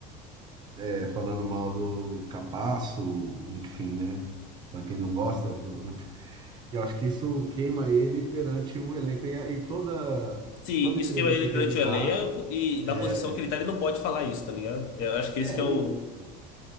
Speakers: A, on the right (about 25°); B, on the left (about 55°).
A: é, falando mal do Capasso, enfim, né? Falando que ele não gosta do. E eu acho que isso queima ele perante o elenco. E, e toda,
B: Se
A: toda
B: isso
A: entrevista
B: queima ele durante
A: que ele dá
B: o elenco e na
A: é.
B: posição que ele tá, ele não pode falar isso, tá ligado? Eu acho que
A: É,
B: esse que é o.
A: e,